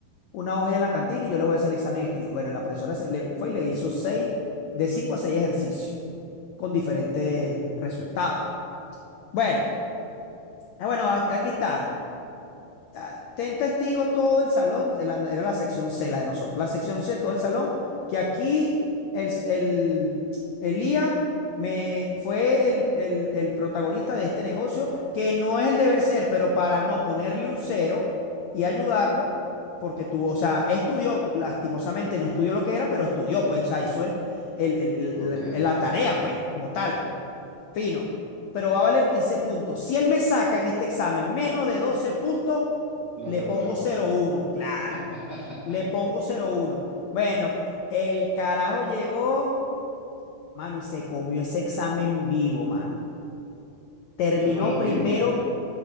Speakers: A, on the left (about 80°); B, on the right (about 80°).
A: una hoja ahí en la cantina y yo le voy a hacer el examen escrito. Bueno, la profesora se- le, fue y le hizo seis, de cinco a seis ejercicios con diferentes resultados. Bueno, ah, bueno, aquí aquí está. ah, ten testigos todo el salón, eh, la- era la sección C, la de nosotros, la sección C, todo el salón, que aquí el, s- el, Elías me, fue el, el- el protagonista de este negocio, que no es el deber ser, pero para no ponerle un cero y ayudarlo, porque tuvo, o sea, estudió, lastimosamente no estudió lo que era, pero estudió, pues, o sea, hizo el, el- el-
B: Ok,
A: el- la
B: ok,
A: tarea, pues, como tal. Fino, pero va a valer 15 puntos. Si él me saca en este examen menos de 12 puntos,
B: lo
A: le
B: repruebo.
A: pongo cero uno. claro.
B: <laughs>
A: Le pongo cero uno. Bueno, el carajo llegó, mano, y se comió ese examen vivo, mano. Terminó
B: Y sacó los
A: primero,
B: quince